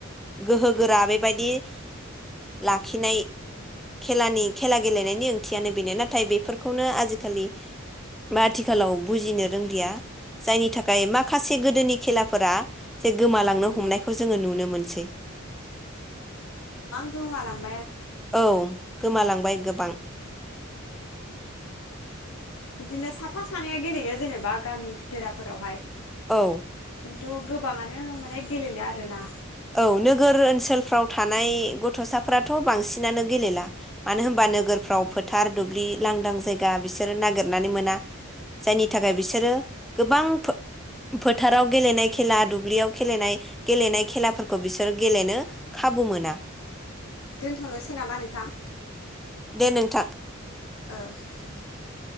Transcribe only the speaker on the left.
उम
गोमालांबाय
बिदिनो साफा सानैआ गेलेयो जेनेबा गामि भिथोराफोरावहाय।
खिन्थु गोबाङानो माने गेलेलिआ आरोना।
औ
दोनथ'नोसै नामा नोंथां?
<inaudible>